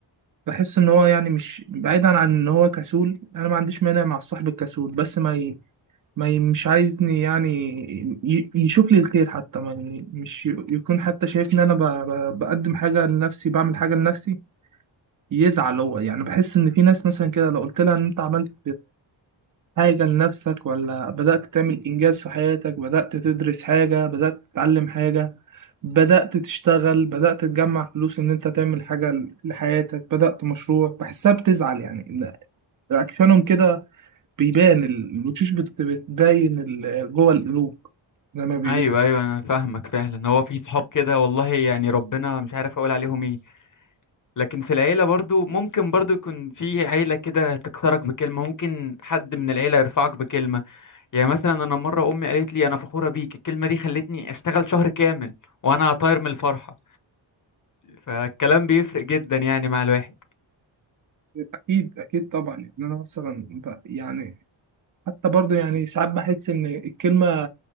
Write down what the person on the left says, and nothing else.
ايوه ايوه انا فاهمك فعلا هو في صحاب كده والله يعني ربنا مش عارف اقول عليهم ايه لكن في العيلة برضو ممكن برضو يكون في عيلة كده تكسرك بكلمة ممكن حد من العيلة يرفعك بكلمة يعني مثلا أنا مرة أمي قالت لي أنا فخورة بيك الكلمة دي خلتني أشتغل شهر كامل وأنا طاير من الفرحة فالكلام بيفرق جدا يعني مع الواحد